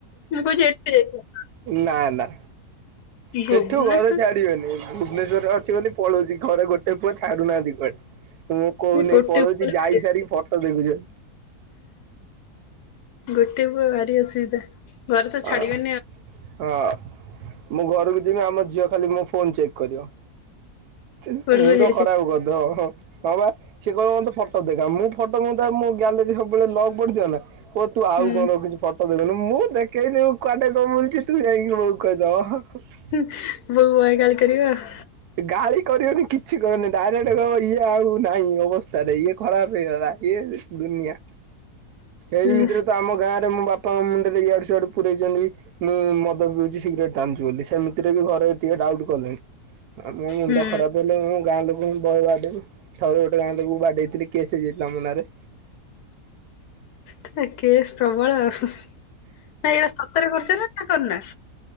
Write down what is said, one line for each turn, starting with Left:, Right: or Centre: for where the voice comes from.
Left: ମୁଁ କହୁଛି ଏଠି ଯାଇଥିବ
Right: ନା ନା ସେଠୁ
Left: ଭୁବନେଶ୍ୱର
Right: ଘରେ ଛା ଡି ବେନି ଭୁବନେଶ୍ୱଵରରେ ଅଛି ବୋଲି ପଳଉଚି ଘରେ ଗୋଟେ ଏ ପୁଅ ଛାଡୁନାହାନ୍ତି କୁଆଡେ ମୁଁ କହୁନି
Left: ଗୋଟେ
Right: ପଳଉଚି
Left: ପୁଅ ଭାରି
Right: ଯାଇ ସାରିକି ଫଟୋ ଦେଖୁଚନ୍ତି।
Left: ଗୋଟେ ପୁଅ ଭାରି ଅସୁବିଧା ଘରେ ତ
Right: ହଁ
Left: ଛାଡିବେନି ଆଉ।
Right: ହଁ ମୁଁ ଘରକୁ ଯିବି ଆମ ଝିଅ ଖାଲି ମୋ ଫୋନ ଚେକ୍ କରିବ। ଚି
Left: କୁଆଡେ
Right: ମୁଣ୍ଡ
Left: କୁଆଡେ ଯାଇଥିଲେ
Right: ଖରାପ କରିଦବ। ହଁ ବା ସିଏ କହିବ ମତେ ଫଟୋ ଦେଖା ମୁଁ ଫଟୋ ମୁଁ ତା ଗ୍ୟାଲେରୀ ସବୁବେଳେ ଲକ୍ ପଡିିଥିବ ନା କୁହ ତୁ ଆଉ
Left: ହୁଁ
Right: କଣ ରଖୁଚି ଫଟୋ ଦେଖଉନୁ ମୁଁ ଦେଖେଇନି କୁଆଡେ କଣ ବୁଲୁଚି ତୁ ସେଇ ବଉ କୁ କହିଦବ।
Left: ବୋଉ ବହେ ଗାଳି କରିବେ ଆଉ।
Right: ଗାଳି କରିବନି କିଛି କରନି ଡାଇରେକ୍ଟ କହିବ ଇଏ ଆଉ ନାହି ଅବସ୍ଥାରେ ଇଏ ଖରାପ ହେଇଗଲା ଇଏ ଦୁନିଆ ଏଇମିତରେ
Left: ହୁଁ
Right: ତ ଆମ ଗାଁ ରେ ମୋ ବାପା ପାଙ୍କ ମୁଣ୍ଡରେ ଇଆଡୁ ଶିଆଡୁ ପୁରେଇଚନ୍ତି ମୁଁ ମଦ ପିଉଚି ସିଗରେଟ ଟାଣୁଚି ବୋଲି ସେମିତିରେ ବି ଘରେ ଟିକେ ଡାଉଟ୍ କଲେଣି। ଆ ମୋ ମୁଣ୍ଡ
Left: ହୁଁ
Right: ଖରାପ ହେଲେ ମୁଁ ଗାଁ ଲୋକ ମୁଁ ବହେ ବାଦେଇବି ଥରେ ଗୋଟେ ଗାଁ ଲୋକ କୁ ବାଡେଇଥିଲି କେସ୍ ହେଇଯାଇଥିଲା ମୋ ନାଁ ରେ
Left: ତା କେସ୍ ପ୍ରବଳ ଆଉ ନା ଏଇଟା ସତରେ ଖରଚନା? ନା କରନା